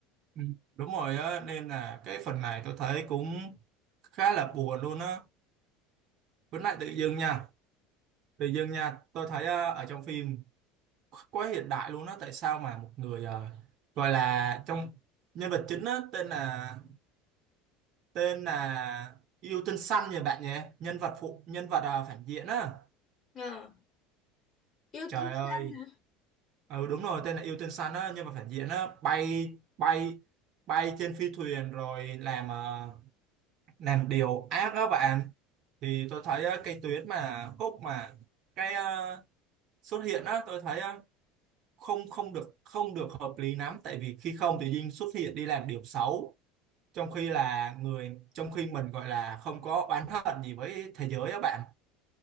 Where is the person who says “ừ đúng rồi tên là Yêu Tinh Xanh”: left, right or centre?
Right